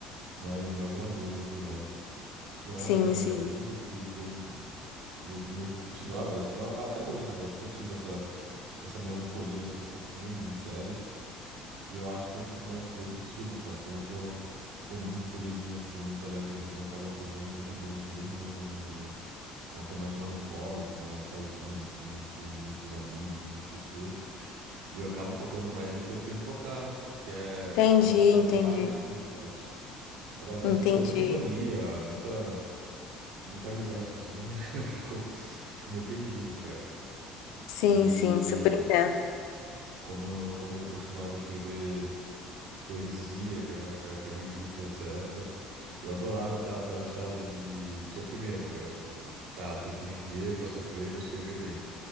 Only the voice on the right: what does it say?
mais mais maduro e tudo mais. Acho que uma
época da minha
vida que que eu eu meio que cultivava, eu a- até hoje, na verdade, cultivo essa, essa melancolia, assim, por filmes e séries. que eu acho que eu fico mais produtivo, sabe? Quando eu tô, tô muito felizinho assim, muito alegrezinho, eu acabo tomando decisões bem ruins na minha vida. Quando eu tô mais melancólico, mais sozinho, assim, sem muitos amigos, sem muitas pessoas, eu acabo focando mais no que eu tenho que focar, que é
atualmente
é trabalho e estudo, sabe? Agora, quando
eu tô com muita companhia, muita, muita amizadezinha, <laughs> eu fico, fico meio perdido, cara.
E
como eu, como eu costumava escrever. poesia, que era, cara, que era ridículo nessa época. Eu adorava estar tá, tá no estágio de, de sofrimento, tá ligado? Tipo, tá, eu tenho que viver pra sofrer, pra escrever bem.